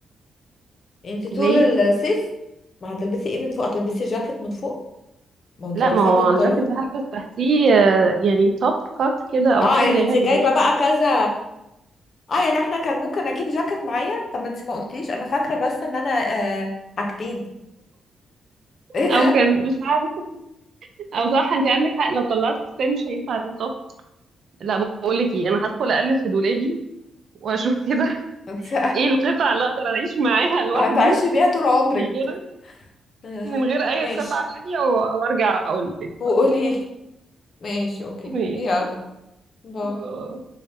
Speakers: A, on the left (about 50°); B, on the right (about 60°).
A: انت
B: ليه؟
A: طول الصيف ما هتلبسي ايه من فوق هتلبسي جاكيت من فوق ما هو انت
B: لا
A: لابساه
B: ما هو
A: بنطلون
B: الجاكيت ده هلبس تحتيه آه، يعني توب كات كده او
A: اه
B: حاجة
A: يعني
B: يعني
A: انت جايبة
B: مش
A: بقى كذا اه يعني احنا كان ممكن اجيب جاكيت معايا طب ما انت ما قلتيش انا فاكره بس ان انا آه حاجتين <laughs> ايه ده
B: او كان مش عارفة او صح انت عندك حق لو طلعت فستان مش هينفع التوب لا بقول لك ايه انا هدخل اقلب في دولابي واشوف كده
A: انت
B: ايه القطعة اللي اقدر اعيش معاها لوحدي
A: هتعيشي بيها طول عمرك
B: من غير
A: آه
B: من غير اي
A: ماشي
B: قطعة تانية و- وارجع اقول لك
A: وقولي
B: بقى
A: لي ماشي اوكي
B: ماشي
A: يلا باي
B: يلا.